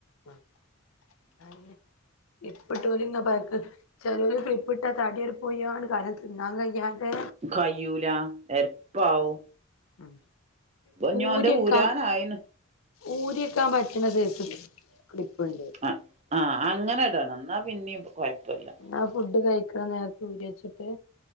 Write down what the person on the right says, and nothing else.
കയ്യൂല എരപ്പാവും
ഇനി ഓന്റെ
ഊരാനായിന്ന്
ആഹ് ആഹ് അങ്ങനെ ഇടണം. ന്നാ പിന്നിം കോയപ്പോല്ല്യാ